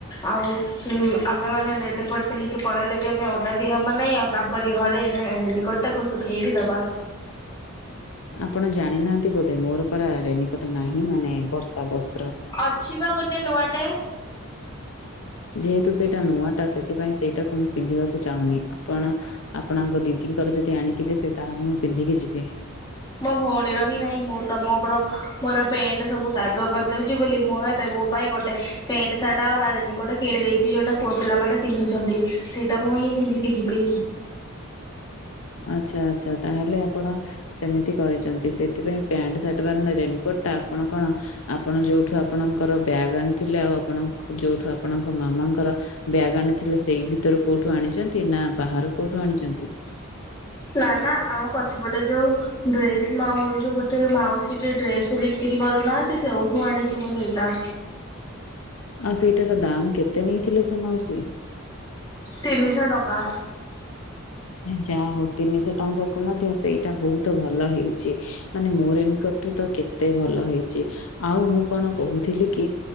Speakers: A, on the left; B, on the left.
A: ଆଉ ହୁଁ ଆମେ ମାନେ ରେନିକୋଟ ପିନ୍ଧିକି ପଳେଇଲେ ବି ଆମେ ଓଦା ବି ହବ ନାହିଁ ଆଉ ତାଙ୍କରି ଘରେ ଆମେ ରେନିକୋଟ ତାକୁ ଶୁଖେଇକି ଦବା।
B: ଆପଣ ଜାଣିନାହାନ୍ତି ବୋଧେ ମୋର ପରା ରେନିକୋଟ ନାହିଁ ମାନେ ବର୍ଷା ବର୍ଷା।
A: ଅଛି ବା ଗୋଟେ ନୂଆଟେ।
B: ଯେହେତୁ ସେଇଟା ନୂଆ ଟା ସେଥିପାଇଁ ସେଇଟାକୁ ମୁଁ ପିନ୍ଧିବାକୁ ଚାହୁଁନି। ଆପଣ ଆପଣଙ୍କ ଦିଦିଙ୍କର ଯଦି ଆଣିକି ଦେବେ ତାହେଲେ ମୁଁ ପିନ୍ଧିକି ଯିବି।
A: ମୋ ଭଉଣୀର ହିଁ ନାହିଁ ମୁଁ ତ ମୋର ମୋର ପେଣ୍ଟ ସବୁ କାଦୁଆ କରିଦଉଛି ବୋଲି ମୁଁ ଏବେ ମୋ ପାଇଁ ଗୋଟେ ପେଣ୍ଟ ସାଟ ଗଲା ଦେନ୍ ଗୋଟେ କିଣି ଦେଇଛି ଯୋଉଟା ପୁଅ ପିଲାମାନେ ପିନ୍ଧୁଛନ୍ତି ସେଇଟା ମୁଁ ହିଁ ପିନ୍ଧିକି ଯିବି।
B: ଆଚ୍ଛା ଆଚ୍ଛା ତାହେଲେ ଆପଣ ସେମିତି କରିଛନ୍ତି ସେଥିପାଇଁ ପ୍ୟାଣ୍ଟ ସାର୍ଟ ବାର ରେନକୋଟ ଟା ଆପଣ କଣ ଆପଣ ଯୋଉଠୁ ଆପଣଙ୍କର ବ୍ୟାଗ ଆଣିଥିଲେ ଆଉ ଆପଣ ଯୋଉଠୁ ଆପଣଙ୍କ ମାମାଙ୍କର ବ୍ୟାଗ ଆଣିଥିଲେ ସେଇ ଭିତରୁ କୋଉଠୁ ଆଣିଛନ୍ତି ନା ବାହାରୁ କୋଉଠୁ ଆଣିଛନ୍ତି?
A: ନା ନା ଆମ ପଛପଟେ ଯୋଉ ଡ୍ରେସ୍‌ ମାଉ ଯୋଉ ଗୋଟେ ମାଉସୀ ଟେ ଡ୍ରେସ୍‌ ବିକ୍ରି କରୁନାହାନ୍ତି ସେଉଠୁ ଆଣିଛି ମୁଁ ସେଇଟା।
B: ଆଉ ସେଇଟାର ଦାମ୍ କେତେ ନେଇଥିଲେ ସେ ମାଉସୀ?
A: ତିନିଶହ ଟଙ୍କା।
B: ଯାହା ହଉ ତିନିଶହ ଟଙ୍କାକୁ ମଧ୍ୟ ସେଇଟା ବହୁତ ଭଲ ହେଇଛି। ମାନେ ମୋର ଇନକ ଠୁ ତ କେତେ ଭଲ ହେଇଛି ଆଉ ମୁଁ କଣ କହୁଥିଲି କି